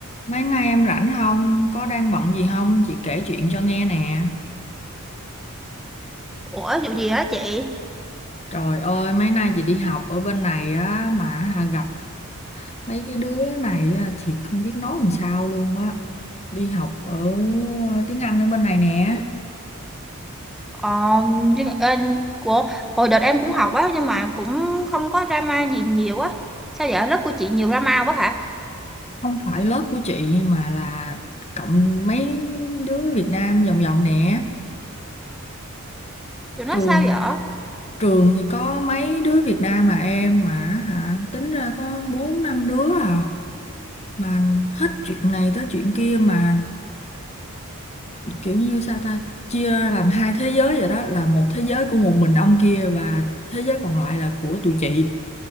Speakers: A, on the left; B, in the centre.
A: Mấy nay em rảnh không? Có đang bận gì không? Chị kể chuyện cho nghe nè.
B: Ủa vụ gì á chị?
A: Trời ơi, mấy nay chị đi học ở bên này á mà hà gặp mấy cái đứa này á, thiệt không biết nói làm sao luôn á. Đi học ở ờ, tiếng Anh ở bên này nè.
B: Ờ, nhưng em của hồi đợt em cũng học á nhưng mà cũng không có drama gì nhiều á. Sao vậy? Lớp của chị nhiều drama quá hả?
A: Không phải lớp của chị mà là cộng mấy đứa Việt Nam vòng vòng nè.
B: Tụi nó
A: Trường
B: sao vậy?
A: trường thì có mấy đứa Việt Nam mà em mà hả tính ra có bốn năm đứa à mà hết chuyện này tới chuyện kia mà kiểu như sao ta chia ra làm hai thế giới vậy đó là một thế giới của một mình ông kia và thế giới còn lại là của tụi chị